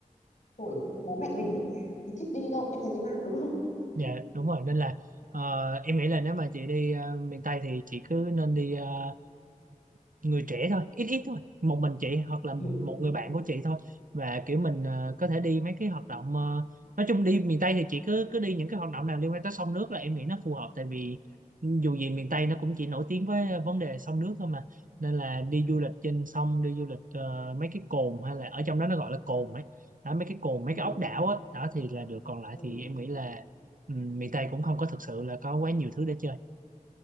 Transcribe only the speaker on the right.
dạ đúng rồi nên là ờ, em nghĩ là nếu mà chị đi ờ, miền Tây thì chị cứ nên đi ờ, người trẻ thôi ít ít thôi một mình chị hoặc là
một người bạn của chị thôi và kiểu mình ờ, có thể đi mấy cái hoạt động ờ, nói chung đi miền Tây thì chị cứ cứ đi những cái hoạt động nào liên quan tới sông nước là em nghĩ nó phù hợp tại vì dù gì miền Tây nó cũng chỉ nổi tiếng với ờ, vấn đề sông nước thôi mà nên là đi du lịch trên sông đi du lịch ờ, mấy cái cồn hay là ở trong đó nó gọi là cồn ấy đó, mấy cái cồn mấy
cái ốc đảo á đó thì là được còn lại
thì em nghĩ là ừ, miền Tây cũng không có thực sự là có quá nhiều thứ để chơi